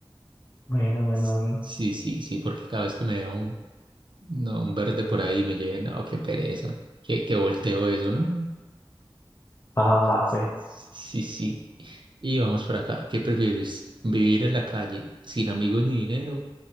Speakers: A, on the left; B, on the right.
A: Bueno, bueno,
B: S-
A: mm,
B: Sí, sí, sí, porque cada vez que me da un, no, un verde por ahí me lleven, no, qué pereza. Que, que volteo eso, ¿no?
A: va, va, va,
B: S-
A: pues.
B: Sí, sí. Y vamos por acá. ¿Qué prefieres? ¿Vivir en la calle sin amigos ni dinero